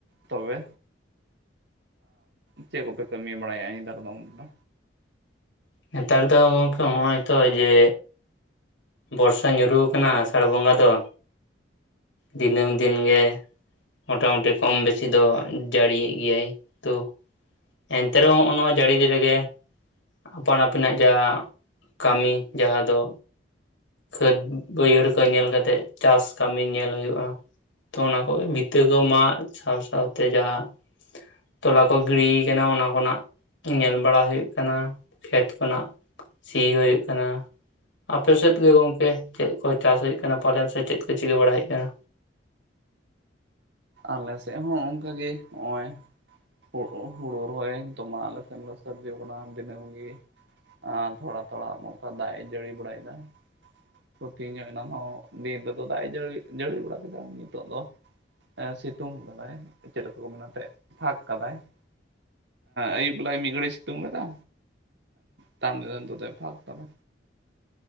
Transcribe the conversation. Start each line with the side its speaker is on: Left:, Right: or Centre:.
Right: ᱛᱚᱵᱮ ᱪᱮᱫ ᱠᱚᱯᱮ ᱠᱟᱹᱢᱤ ᱵᱟᱲᱟᱭᱟ ᱱᱮᱛᱟᱨ ᱫᱚ ᱩᱱ ᱫᱚ
Left: ᱱᱮᱛᱟᱨ ᱫᱚ ᱜᱚᱝᱠᱮ ᱦᱚᱜᱼᱚᱭ ᱛᱚ ᱡᱮ ᱵᱚᱨᱥᱟ ᱧᱩᱨᱩ ᱟᱠᱟᱱᱟ ᱟᱥᱟᱲ ᱵᱚᱸᱜᱟ ᱫᱚ ᱫᱤᱱᱟᱹᱢ ᱫᱤᱱ ᱜᱮ ᱢᱚᱴᱟ ᱢᱩᱴᱤ ᱠᱚᱢ ᱵᱮᱥᱤ ᱫᱚ ᱡᱟᱹᱲᱤᱭᱮᱫ ᱜᱮᱭᱟᱭ ᱛᱚ ᱮᱱᱛᱮ ᱨᱮᱦᱚᱸᱜᱼᱚᱭ ᱱᱚᱣᱟ ᱡᱟᱹᱲᱤ ᱫᱤ ᱨᱮᱜᱮ ᱟᱯᱟᱱ ᱟᱹᱯᱤᱱᱟᱜ ᱡᱟᱦᱟᱸ ᱠᱟᱹᱢᱤ ᱡᱟᱦᱟᱸ ᱫᱚ ᱠᱷᱟᱹᱫᱽ ᱵᱟᱹᱭᱦᱟᱹᱲ ᱠᱚ ᱧᱮᱞ ᱠᱟᱛᱮᱜ ᱪᱟᱥ ᱠᱟᱹᱢᱤ ᱧᱮᱞ ᱦᱩᱭᱩᱜᱼᱟ ᱛᱚ ᱚᱱᱟ ᱠᱚᱜᱮ ᱵᱤᱛᱟᱹᱜᱟᱹ ᱢᱟᱜ ᱥᱟᱶ ᱥᱟᱶᱛᱮ ᱡᱟᱦᱟᱸ ᱛᱚᱞᱟ ᱠᱚ ᱜᱤᱲᱤᱭ ᱠᱟᱱᱟ ᱚᱱᱟ ᱠᱷᱚᱱᱟᱜ ᱧᱮᱞ ᱵᱟᱲᱟᱦᱩᱭᱩᱜ ᱠᱟᱱᱟ ᱠᱷᱮᱛ ᱠᱷᱚᱱᱟᱜ ᱥᱤ ᱦᱩᱭᱩᱜ ᱠᱟᱱᱟ ᱟᱯᱮ ᱥᱮᱫ ᱪᱮᱫ ᱜᱚᱝᱠᱮ ᱪᱮᱫ ᱠᱚ ᱪᱟᱥ ᱦᱩᱭᱩᱜ ᱠᱟᱱᱟ ᱯᱟᱞᱮᱱ ᱥᱮ ᱪᱮᱫ ᱠᱚ ᱪᱤᱠᱟᱹ ᱵᱟᱲᱟᱭ ᱦᱩᱭᱩᱜ ᱠᱟᱱᱟ
Right: ᱟᱞᱮ ᱥᱮᱫ ᱦᱚᱸ ᱚᱱᱠᱟᱜᱮ ᱱᱚᱜᱼᱚᱭ ᱦᱳᱲ ᱦᱩᱲᱩ ᱨᱚᱦᱚᱭ ᱛᱚᱢᱟᱜ ᱟᱞᱮ ᱥᱮᱱᱞᱮ ᱥᱚᱵᱡᱤ ᱠᱟᱱᱟ ᱫᱤᱱᱟᱹᱢ ᱜᱮ <unintelligible> ᱟᱨ ᱛᱷᱚᱲᱟ ᱛᱷᱚᱲᱟ ᱱᱚᱝᱠᱟ ᱫᱟᱜ ᱮ ᱡᱟᱹᱲᱤ ᱵᱟᱲᱟᱭᱮᱫᱟ ᱠᱷᱚᱛᱤ ᱧᱚᱜ ᱮᱱᱟ ᱦᱚᱸ ᱫᱤᱱ ᱨᱮᱫᱚ ᱫᱟᱜ ᱮ ᱡᱟᱹᱲᱤ ᱵᱟᱲᱟ ᱠᱮᱫᱟ ᱱᱤᱛᱚᱜ ᱫᱚ ᱥᱤᱛᱩᱝ ᱟᱠᱟᱫᱟᱭ ᱪᱮᱫᱠᱟ ᱠᱚ ᱢᱮᱱᱟ ᱛᱮ ᱯᱷᱟᱸᱠ ᱠᱟᱫᱟᱭ ᱾ ᱟᱹᱭᱩᱵᱮᱞᱟ ᱢᱤᱫ ᱜᱷᱟ. ᱲᱤᱭ ᱥᱤᱛᱩᱝ ᱠᱮᱫᱟ ᱛᱟᱭᱚᱢ ᱫᱟᱨᱟᱢ ᱛᱮᱫᱚᱭ ᱯᱷᱟᱸᱠ ᱠᱟᱫᱟ᱾